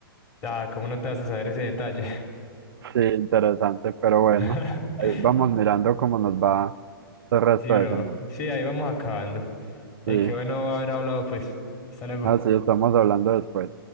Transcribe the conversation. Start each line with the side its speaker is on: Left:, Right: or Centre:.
Left: Ah, ¿cómo no te haces saber ese detalle?
Right: Sí, interesante, pero bueno,
Left: <laughs>
Right: ahí vamos mirando cómo nos va el resto
Left: Sí, bro.
Right: de semana.
Left: Sí, ahí vamos acabando. Y
Right: Sí,
Left: qué bueno haber hablado, pues. Hasta luego.
Right: así estamos hablando después.